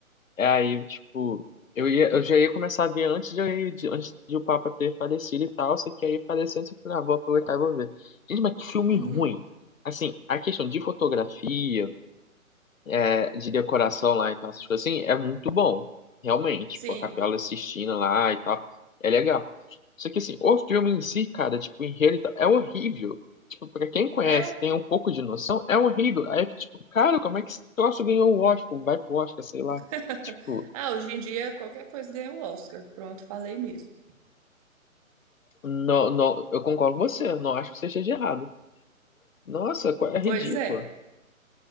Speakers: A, on the left; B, on the right.
A: É aí, tipo, eu ia, eu já ia começar a ver antes de, de- antes de o Papa ter falecido e tal. Só que aí faleceu, eu falei, ah, vou aproveitar e vou ver. Gente, mas que filme
B: uhum.
A: ruim. Assim, a questão de fotografia é, de decoração lá, então essas coisas assim, é muito bom, realmente.
B: Sim.
A: Tipo, a Capela Sistina lá e tal, é legal. Só que assim, o filme em si, cara, tipo, o enredo e tal, é horrível. Tipo, pra quem conhece,
B: É.
A: tem um pouco de noção, é horrível. Aí, tipo, cara, como é que esse troço ganhou o Oscar? Vai pro Oscar, sei lá.
B: <laughs>
A: Tipo,
B: Ah, hoje em dia qualquer coisa ganha o Oscar. Pronto, falei mesmo.
A: não, não, eu concordo com você, não acho que você esteja errado. Nossa, qu- é ridícula.
B: Pois é.